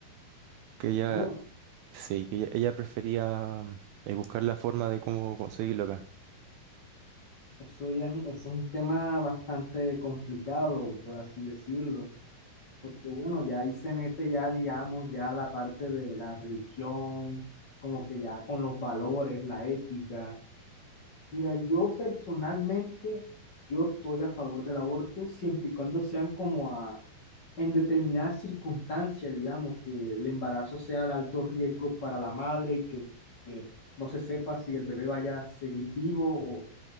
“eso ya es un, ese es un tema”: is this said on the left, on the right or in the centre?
Left